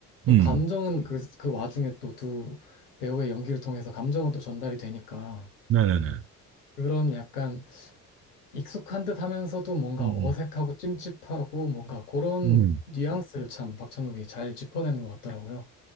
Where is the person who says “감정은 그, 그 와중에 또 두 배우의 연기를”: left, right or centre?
Left